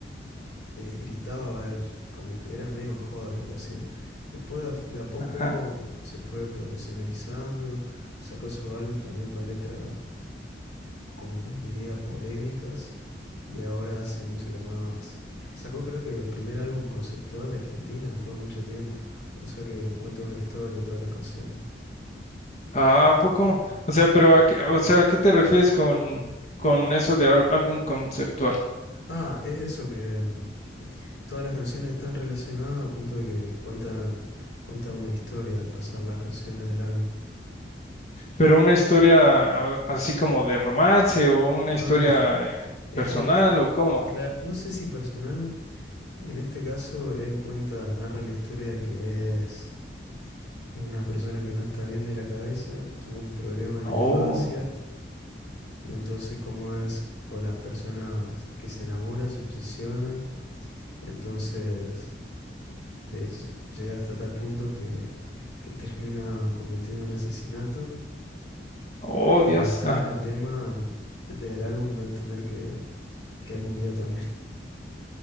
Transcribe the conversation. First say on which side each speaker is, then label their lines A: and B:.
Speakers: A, on the left; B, on the left.
A: eh, gritaba él, como que era medio en joda lo que hacía. Después de a de a poco
B: ajá.
A: se fue profesionalizando, sacó su álbum también con letras como quien diría, polémicas y ahora hace música más... Sacó creo que el primer álbum conceptual de Argentina después de mucho tiempo, o sea que cuenta una historia todas las canciones.
B: Ah, ¿a poco. O sea, pero a qué, o sea, ¿a qué te refieres con, con eso de ál- álbum conceptual?
A: Ah, es eso que mm, todas las canciones están relacionadas a punto de que cuentan, cuentan una historia al pasar las canciones del álbum.
B: ¿Pero una historia a- así como de romance o una
A: No,
B: historia
A: no, no.
B: eh,
A: <laughs> Est-
B: personal o cómo?
A: cla- no sé si personal, en este caso él cuenta, narra la historia de que es... Es una persona que no está bien de la cabeza, tuvo un problema en la
B: Oh,
A: infancia, Y entonces, como es con las personas que se enamora, se obsesiona, entonces les llega hasta tal punto que, que termina cometiendo un asesinato
B: oh,
A: y
B: Dios,
A: al fin del tema mm, del álbum da a entender que, que él murió también. <laughs>